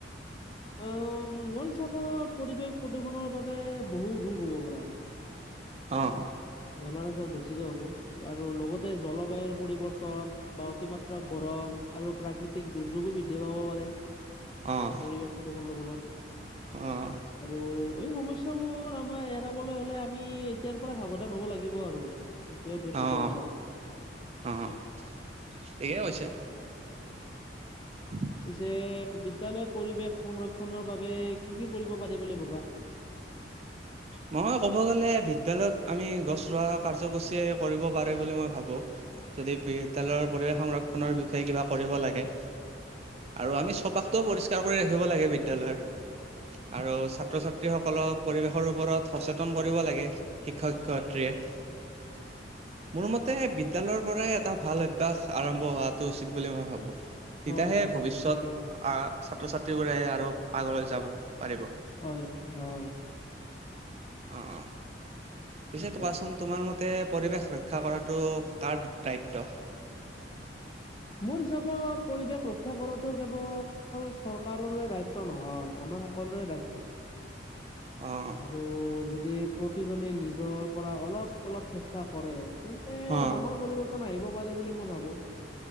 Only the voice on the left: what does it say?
উম, মোৰ হিচাপত পৰিৱেশ প্ৰদূষণৰ বাবে বহু ৰোগ হ'ব পাৰে আমাৰ।
বেমাৰ আজাৰ বেছিকে হ'ব, আৰু লগতে জলবায়ুৰ পৰিৱৰ্তন বা, অতিমাত্ৰা গৰম আৰু প্ৰাকৃতিক দুৰ্যোগো বৃদ্ধি পাব পাৰে।
পৰিৱেশ প্ৰদূষণৰ ফলত
আৰু এই সমস্যাবোৰ আমাৰ এৰাবলৈ হ'লে আমি এতিয়াৰ পৰা আন হ'ব লাগিব আৰু এইতোৱে ক'ব
বিচাৰো।
উম।
পিছে বিদ্যালয় পৰিৱেশ সংৰক্ষনৰ বাবে কি কি কৰিব পাৰি বুলি ভাবা? <inaudible>
<inaudible>
হয়, হয়,
হয়, ঠিকেই কৈ
হয় অ।
ঠিকেই।
মোৰ হিচাপত পৰিৱেশ ৰক্ষা কৰাটো কেৱল অকল চৰকাৰৰে দায়িত্ব নহয় আমাৰ সকলোৰে দায়িত্ব।
আৰু যদি প্ৰতিজনে নিজৰ পৰা অলপ অলপ চেষ্ টা কৰে তেন্তে
ডাঙৰ পৰিৱৰ্তন আহিব পাৰে বুলি মই ভাবো।